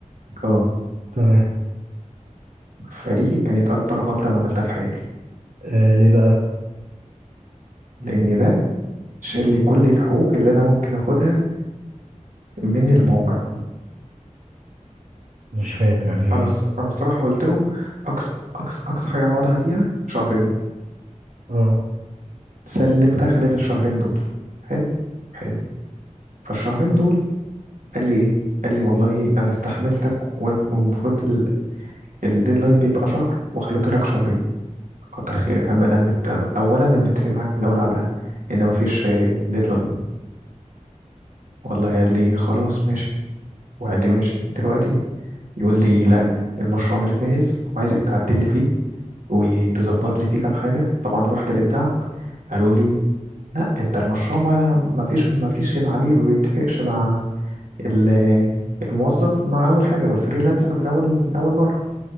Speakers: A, on the right; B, on the right.
A: اه
B: تمام
A: فدي كانت أكبر غلطة أنا عملتها في حياتي
B: آه ليه بقى
A: لأن ده شال لي كل الحقوق اللي أنا ممكن أخدها من الموقع
B: مش فاهم يعني إيه؟
A: أنا الص- أنا الصراحة قلت له أقصى أقصى أقصى حاجة هقعدها فيها شهرين
B: اه
A: سلمتها خلال الشهرين دول حلو حلو فالشهرين دول قال لي ايه قال لي والله انا استحملتك وال- والمفروض ال- الديدلاين بيبقى شهر وخليته لك شهرين كتر خيرك انا انا بت... اولا انا متفق معاك من الاول على ان مفيش آه، ديدلاين والله قال لي خلاص ماشي وقال لي ماشي دلوقتي يقول لي لا المشروع مش جاهز وعايزك تعدل لي فيه وتظبط لي فيه كام حاجه طبعا رحت للدعم قالوا لي لا انت المشروع ما ما فيش ما فيش العميل ما بيتفقش مع ال- الموظف مع أول حاجة والفريلانسر من أول من أول مرة